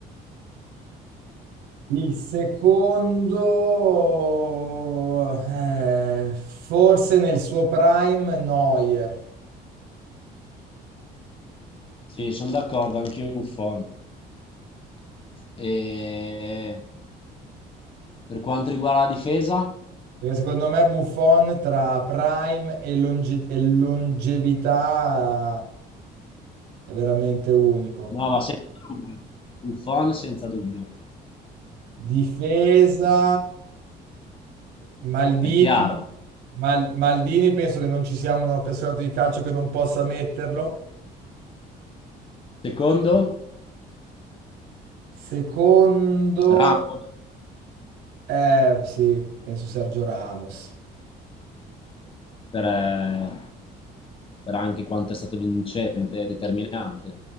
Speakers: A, on the right; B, on the left.
A: Il secondo, eh, forse nel suo prime, Neuer.
B: Sì, sono d'accordo, anch'io Buffon. E... Per quanto riguarda la difesa?
A: Perché secondo me Buffon tra prime e, longe- e longevità eh, è veramente unico.
B: No, ma senza dubbio. Buffon senza dubbio.
A: Difesa, Maldini,
B: È chiaro.
A: Mal- Maldini penso che non ci sia un appassionato di calcio che non possa metterlo.
B: Secondo?
A: Secondo,
B: Ramos?
A: eh sì, penso Sergio Ramos.
B: per, eh, per anche quanto è stato vincente e determinante.